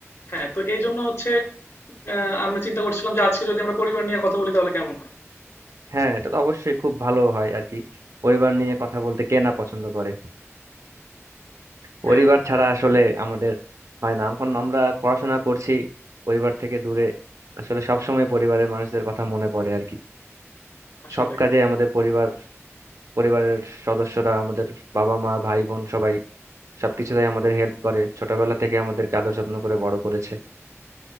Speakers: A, on the left; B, on the right.
A: হ্যাঁ তো এই জন্য হচ্ছে আহ, আমরা চিন্তা করছিলাম যে আজকে যদি আমরা পরিবার নিয়ে কথা বলি তাহলে কেমন হয়
B: হ্যাঁ এটা তো অবশ্যই খুব ভালো হয় আর কি পরিবার নিয়ে কথা বলতে কে না পছন্দ করে পরিবার
A: হ্যাঁ
B: ছাড়া আসলে আমাদের হয় না এখন আমরা পড়াশোনা করছি পরিবার থেকে দূরে আসলে সব সময় পরিবারের মানুষদের কথা মনে পড়ে আর কি
A: আসলে
B: সব কাজে আমাদের পরিবার পরিবারের সদস্যরা আমাদের বাবা মা ভাই বোন সবাই সবকিছুতেই আমাদের হেল্প করে ছোটবেলা থেকে আমাদেরকে আদর যত্ন করে বড় করেছে